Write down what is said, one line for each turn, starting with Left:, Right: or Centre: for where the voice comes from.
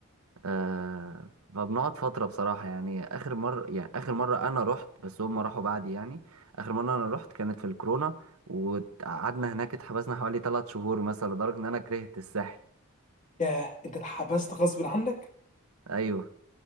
Right: آه فبنقعد فتره بصراحه يعني اخر مره يعني اخر مره انا رحت بس هم راحوا بعدي يعني اخر مره انا رحت كانت في الكورونا وقعدنا هناك اتحبسنا حوالي ثلاث شهور مثلا لدرجه ان انا كرهت الساحل
Left: ياه انت اتحبست غصب عنك
Right: ايوه